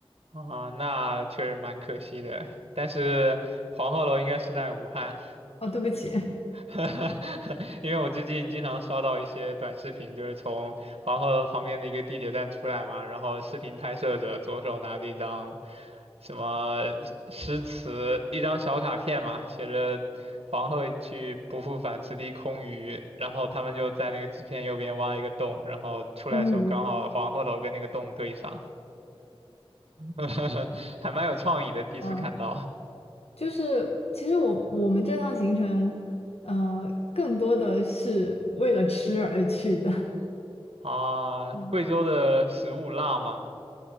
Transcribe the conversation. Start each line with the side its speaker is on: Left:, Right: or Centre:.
Right: 啊，那确实蛮可惜的。但是黄鹤楼应该是在武汉，
Left: <laughs> 哦，对不起，
Right: <laughs> 因为我最近经常刷到一些短视频，就是从黄鹤楼旁边的一个地铁站出来嘛，然后视频拍摄者左手拿着一张什么诗诗词，一张小卡片嘛，写着“黄鹤去，不复返，此地空余”，然后他们就在那个纸片右边挖一个洞，然后出来的时候刚好黄鹤楼跟那个洞对上，
Left: <laughs> 空
Right: <laughs> 还蛮有创意的，第一次看到
Left: 嗯。就是其实我我们这趟行程，呃，更多的是为了吃而去的。<laughs>
Right: 啊。
Left: 嗯，
Right: 贵州的食物辣吗？